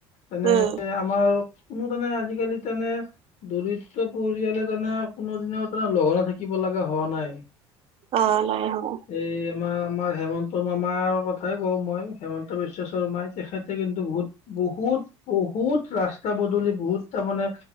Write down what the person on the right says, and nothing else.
উম
অ নাই হয়